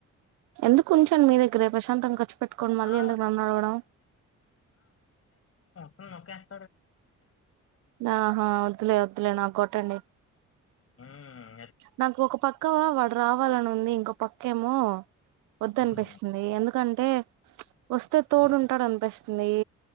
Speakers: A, on the right; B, on the left.
A: ఎందుక్ కుంచండి మీ దగ్గరే ప్రశాంతంగా ఖర్చు పెట్టుకోండి మళ్ళీ
B: ఆ
A: ఎందుకు నన్నడగడం
B: ను నోక్కేస్
A: ఆహా వద్దులే వద్దులే నాకోట్టండి
B: మ్మ్
A: నాకు ఒక పక్కవా వాడు రావాలని ఉంది ఇంకో పక్కేమో వద్దనిపిస్తుంది
B: ఉమ్
A: ఎందుకంటే వస్తే తోడుంటాడు
B: ఉమ్
A: అనిపిస్ ది